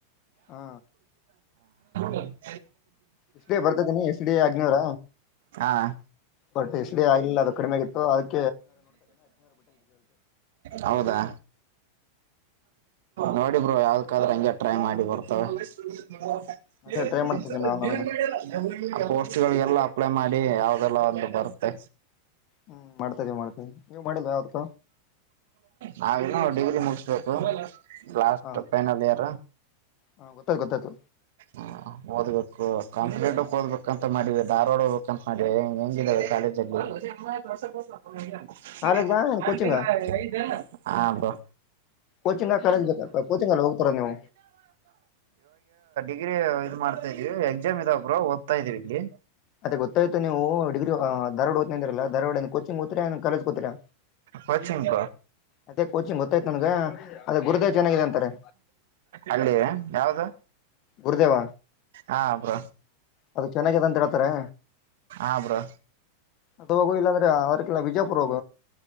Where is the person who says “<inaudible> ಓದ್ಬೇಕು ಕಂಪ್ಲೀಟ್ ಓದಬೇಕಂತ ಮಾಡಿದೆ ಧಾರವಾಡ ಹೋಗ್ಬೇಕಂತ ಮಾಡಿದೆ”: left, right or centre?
Right